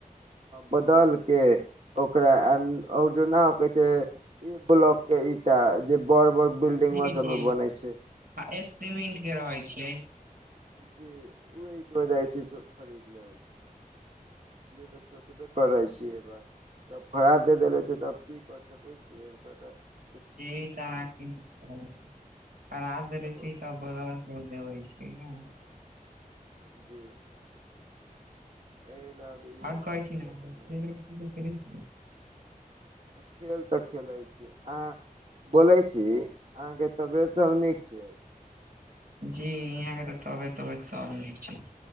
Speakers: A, on the right; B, on the right.
A: बदके ओकरा अपन ओजैना कहै छै ए बलोक के ईटा जे बड़ बड़ बिल्डिंग
B: जी-जी
A: सब मे बनै छै
B: आ एक सीमेंट के रहै छियै
A: जे वहीं पर जाए छी सब खरीद लेबै छी। ई तऽ सोचबे करै छियै एहि बार तब खराब दे देेले छै तब की कर सक <inaudible>
B: <unintelligible> <unintelligible> देबै
A: तऽ
B: छै ने।
A: <unintelligible> एहि ल इहे
B: आओर कहै
A: सोचके
B: छी ने <unintelligible>
A: तनी खेल तऽ खेलेलय छै आ बोलै छी अहाँके तबियत सब नीक छै?
B: जी यहाँ के त तबियत उबियत सब नीक छै।